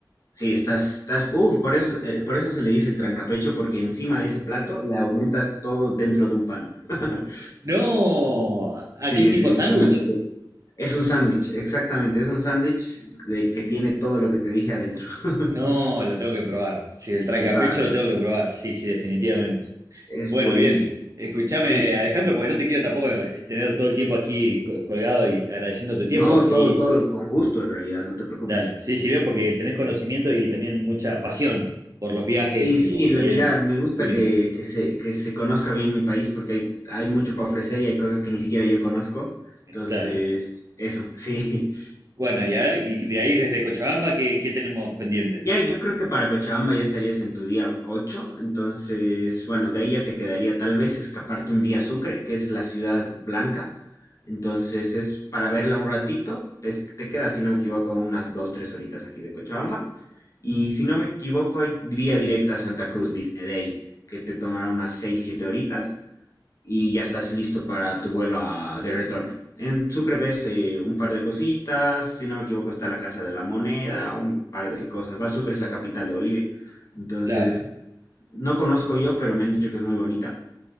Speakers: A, on the left (about 45°); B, on the right (about 45°).
A: Sí, estás, estás, uf, por eso, eh, por eso se le dice el trancapecho, porque encima de ese plato le aumentas todo dentro de un pan. <laughs>
B: No, ¿a
A: Sí,
B: qué es tipo
A: sí,
B: sándwich?
A: es una locura. Es un sándwich, exactamente, es un sándwich de que tiene todo lo que te dije adentro. <laughs>
B: No, lo tengo que probar. Sí, el trancapecho
A: Es bárbaro,
B: lo tengo que probar. Sí, sí, definitivamente.
A: es
B: Bueno,
A: buenísimo.
B: bien. Escúchame,
A: Sí,
B: Alejandro, porque no te quiero tampoco eh, tener todo el tiempo aquí co- colgado y agradeciendo tu tiempo.
A: no,
B: Y
A: todo, todo con gusto en realidad, no te preocupes.
B: dale, sí, sí, veo porque tenés conocimiento y también mucha pasión por los viajes
A: Y sí,
B: y,
A: la-
B: y
A: mira,
B: el
A: me gusta
B: turismo.
A: que, que se, que se conozca bien mi país porque hay, hay mucho para ofrecer y hay cosas que ni siquiera yo conozco. Entonces,
B: Claro.
A: eso, <laughs> sí.
B: Bueno, y a ver, y de ahí desde Cochabamba, ¿qué, qué tenemos pendiente?
A: Ya, yo creo que para Cochabamba ya estarías en tu día 8 entonces, bueno, de ahí ya te quedaría tal vez escaparte un día a Sucre, que es la ciudad blanca, entonces es para verla un ratito, te, te queda, si no me equivoco, unas 2 3 horitas aquí de Cochabamba, y si no me equivoco, hay vía directa a Santa Cruz di- de ahí, que te tomará unas 6 7 horitas, y ya estás listo para tu vuelo a- de retorno. En Sucre ves eh, un par de cositas, si no me equivoco está la Casa de la Moneda, un par de cosas. Va, Sucre es la capital de Bolivia. Entonces,
B: Claro,
A: no conozco yo, pero me han dicho que es muy bonita.